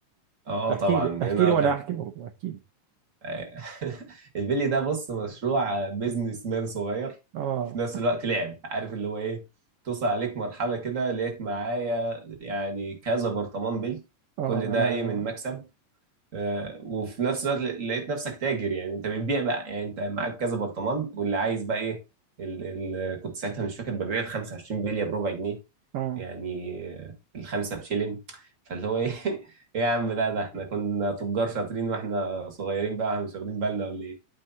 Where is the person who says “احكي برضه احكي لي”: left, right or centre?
Right